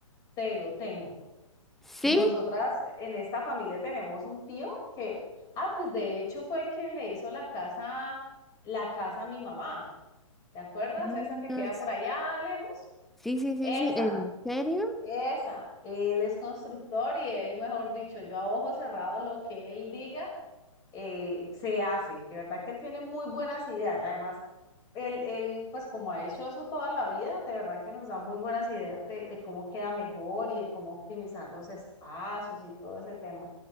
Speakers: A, on the left; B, in the centre.
A: te lo tengo.
B: ¿Sí?
A: Nosotras en esta familia tenemos un tío que, ah, pues de hecho fue el que le hizo la casa, la casa a mi mamá. ¿Te acuerdas?
B: Ah,
A: Esa que queda por allá lejos.
B: Sí, sí, sí,
A: Esa,
B: sí, ¿en serio?
A: esa. Él es constructor y él, mejor dicho, yo a ojo cerrado, lo que él diga, eh, se hace. De verdad que él tiene muy buenas ideas. Además, él, él, pues como ha hecho eso toda la vida, de verdad que nos da muy buenas ideas de, de cómo queda mejor y de cómo optimizar los espacios y todo ese tema.